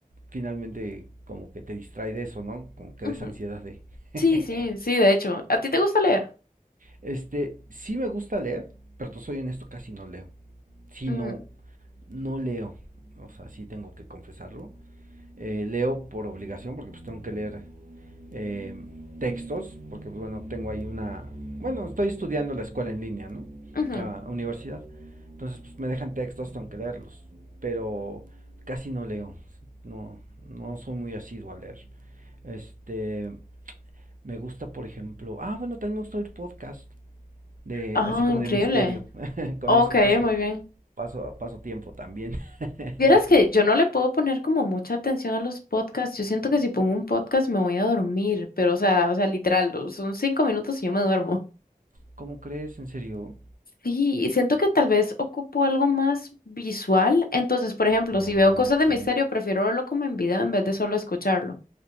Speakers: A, on the right (about 65°); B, on the left (about 80°).
A: finalmente como que te distrae de eso, ¿no? Como
B: <laughs>
A: que
B: Ujú.
A: de esa ansiedad de... <laughs>
B: Sí, sí, sí, de hecho. ¿A ti te gusta leer?
A: Este, sí me gusta leer, pero te soy honesto, casi no leo. si
B: Mm,
A: no, no leo. O sea, sí tengo que confesarlo. eh, leo por obligación, porque pues tengo que leer eh, textos, porque pues bueno, tengo ahí una, bueno, estoy estudiando la escuela en línea, ¿no?
B: ujú.
A: La universidad. Entonces pues me dejan textos, tengo que leerlos, pero casi no leo, no, no soy muy asiduo a leer. Este, me gusta, por ejemplo, ah, bueno, también me gusta oír podcast de
B: Ah,
A: así como
B: increíble.
A: de misterio. <laughs> Con
B: Ok,
A: eso paso
B: muy bien.
A: paso paso tiempo también.
B: Vieras
A: <laughs>
B: que yo no le puedo poner como mucha atención a los podcasts. Yo siento que si pongo un podcast me voy a dormir, pero o sea, o sea, literal, lo- son cinco minutos y yo me duermo.
A: ¿Cómo crees? ¿En serio?
B: Sí, y siento que tal vez ocupo algo más visual. Entonces, por ejemplo,
A: Ah,
B: si veo cosas
A: ok.
B: de misterio, prefiero verlo como en video en vez de solo escucharlo.